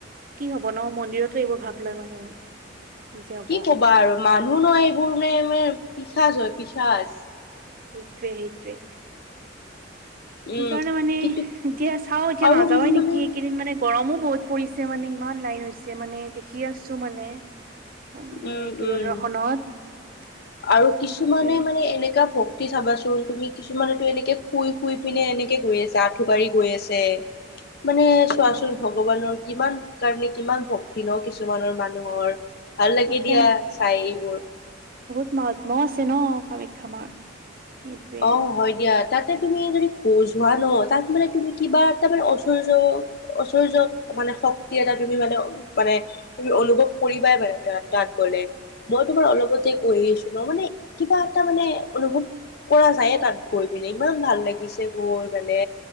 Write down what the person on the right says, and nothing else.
কি হব ন মন্দিৰতো এইবোৰ ভাব লয় মানুহে যে হব
সেইটোৱে সেইটোৱে।
সেইকাৰণে মানে এতিয়া
চাও এতিয়া
নাযাাৱে
নেকি এইকেইদিন মানে গৰমো। বহুত পৰিছে মানে ইমান লাইন হৈছে মানে দেখি আছো মানে মানে
দূৰদৰ্শনত।
সেইটোৱে
অ
আচ্ছা
মত্মাও আছে ন কামাখ্যা মাৰ। সেইটোৱে